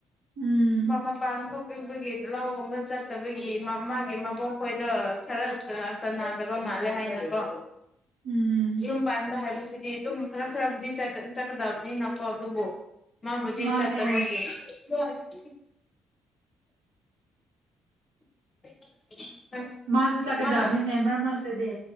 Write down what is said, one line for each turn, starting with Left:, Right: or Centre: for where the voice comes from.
Right: ꯎꯝ
Left: ꯃꯄꯥꯟ ꯊꯣꯛꯂꯤꯕꯒꯤ ꯂꯧꯒꯨꯝꯕ ꯆꯠꯇꯕꯒꯤ ꯃꯥꯒꯤ ꯃꯕꯣꯛ ꯈꯣꯏꯗ ꯈꯔ ꯆꯥꯟꯅꯗꯕ ꯃꯥꯜꯂꯦ ꯍꯥꯏꯅꯀꯣ
Right: ꯎꯝ
Left: ꯌꯨꯝ ꯄꯥꯟꯕꯥ ꯍꯥꯏꯕ ꯁꯤꯗꯤ ꯑꯗꯨꯝ ꯈꯔ ꯈꯔꯕꯨꯗꯤ ꯆꯠꯀꯗꯕꯅꯤꯅ ꯀ ꯑꯗꯨꯕꯨ ꯃꯥꯕꯨꯗꯤꯔ
Right: ꯃꯥꯅꯦ
Left: ꯆꯥ꯭ꯔꯥ ꯀꯒꯦ <unintelligible> <unintelligible>
Right: ꯃꯍꯥꯛꯁꯨ ꯆꯠꯀꯗꯕꯅꯤꯅꯦ
Left: ꯃꯥ
Right: ꯃꯔꯛ ꯃꯔꯛꯇꯗꯤ